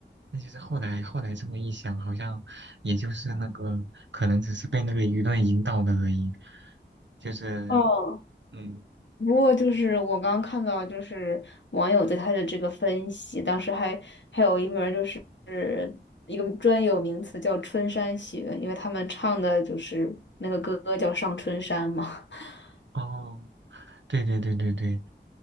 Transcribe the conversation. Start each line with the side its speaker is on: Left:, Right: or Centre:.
Right: 那其实后来后来这么一想，好像也就是那个可能只是被那个舆论引导的而已，就是
Left: 哦，
Right: 嗯
Left: 不过就是我刚看到，就是网友对他的这个分析，当时还还有一门儿就是。一个专有名词叫春山雪，因为他们唱的就是那个歌叫《上春山》嘛。<laughs>
Right: 哦，对对对对对。